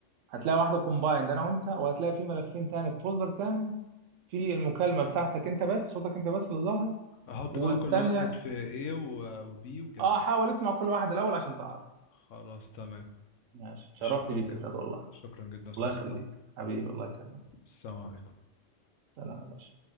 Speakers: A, on the right; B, on the left.
A: هتلاقي واحدة كومبايند انا وانت وهتلاقي في ملفين تاني في فولدر تاني في المكالمة بتاعتك انت بس صوتك انت بس اللي ظاهر
B: احط
A: والتانية
B: بقى كل واحد في A و- وبي وكده
A: اه حاول اسمع كل واحد الاول عشان تعرف
B: خلاص تمام
A: ماشي اتشرفت
B: شكرا
A: بيك
B: جدا
A: يا زياد والله
B: شكرا جدا استاذ
A: الله يخليك
B: صلاح
A: حبيبي الله يكرمك
B: السلام عليكم
A: سلام يا باشا